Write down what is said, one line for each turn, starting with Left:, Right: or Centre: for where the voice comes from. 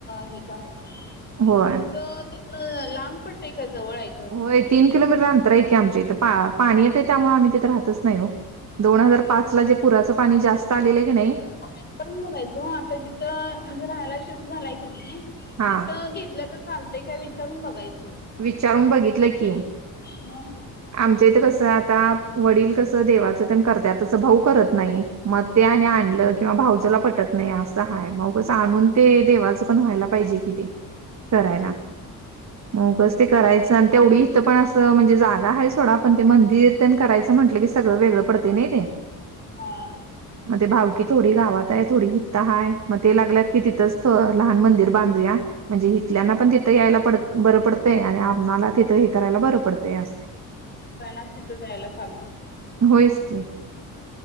Left: हे करायचं,
Right: होय
Left: मग तुमचं तितन लांब पडतंय का जवळ आहे घर?
Right: होय तीन किलोमीटर अंतर आहे की आमच्या इथं पाणी येत आहे त्यामुळे आम्ही तिथे राहतच नाही हो दोन हजार पाच ला जे पुराचं पाणी जास्त आलेलं आहे की नाही?
Left: मीट करून बघाय ओ आता जिथं म्हणजे राहायला शिफ्ट झालाय का नाही
Right: हा
Left: तिथं घेतलं तर चालतय काय विचारून बघायचं
Right: विचारून बघितलं की,
Left: मग
Right: आमच्या इथं कसं आता वडील कसं देवाचं ते करतय तसं भाऊ करत नाही. मग ते आणि आणलं किंवा भाऊजला पटत नाही असं हाय मगच आणून ते देवाचं पण व्हायला पाहिजे कि ते करायला. मगच ते करायचं आणि तेवढी इथं पण असं म्हणजे जागा आहे सोडा पण ते मंदिर करायच म्हनल की सगळ वेगळं पडत नाही
Left: हा.
Right: ते भावं थोडी गावात आहे थोडी हित हा मग ते लागल्यात की तिथंच लहान मंदिर बांधूया, म्हणजे हितल्याना पण तिथं यायला पड बरं पड ते आणि आम्हाला तिथं हे करायला बरं पडतंय असं.
Left: जा ना तिथं जायला चालतय.
Right: होयच की